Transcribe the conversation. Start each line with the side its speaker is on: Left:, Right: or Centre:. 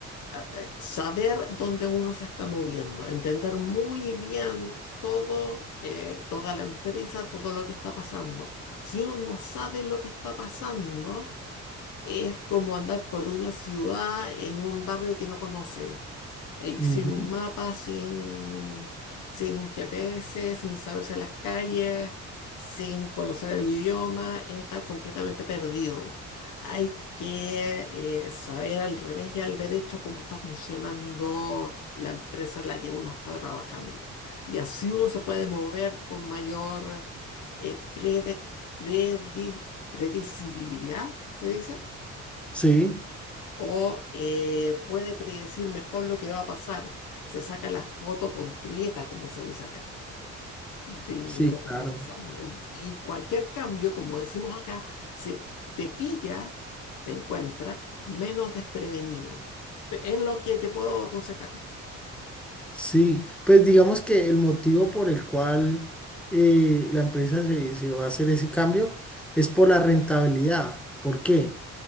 Left: a- eh, saber dónde uno se está moviendo, entender muy bien todo, eh, toda la empresa, todo lo que está pasando. Si uno no sabe lo que está pasando, es como andar por una ciudad en un barrio que no conoce eh, Y
Centre: Ujú.
Left: sin un mapa, sin, sin un GPS, sin saberse las calles, sin conocer el idioma, es estar completamente perdido. Hay que eh, saber al revés y al derecho cómo está funcionando la empresa en la que uno está trabajando. Y así uno se puede mover con mayor eh, prede- predi- predecibilidad, ¿se dice?
Centre: Sí,
Left: O eh, puede predecir mejor lo que va a pasar. Se saca la foto completa, como se dice acá, de
Centre: sí,
Left: lo
Centre: claro.
Left: que está pasando. Y, y cualquier cambio, como decimos acá, se te pilla, te encuentra menos desprevenido. Pe- Es lo que te puedo aconsejar.
Centre: Sí, pues digamos que el motivo por el cual eh, la empresa se, se va a hacer ese cambio es por la rentabilidad. ¿Por qué?